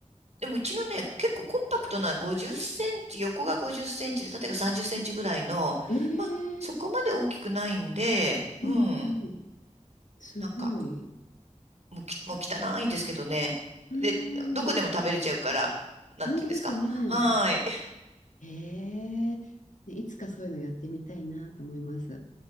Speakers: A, on the right; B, on the left.
A: でもうちのね、結構コンパクトな50センチ、横が50センチで縦が30センチぐらいの、
B: え
A: まあ、そこまで大きくないんで、
B: え、
A: うん、
B: うんうんうん、すごい。
A: なんか、もうき、もう汚いんですけどね。
B: うん、
A: で、どこでも食べれちゃうから、なんていうんですか。
B: 本当ですね。
A: はーい。
B: ええ、ねいつかそういうのやってみたいなと思います。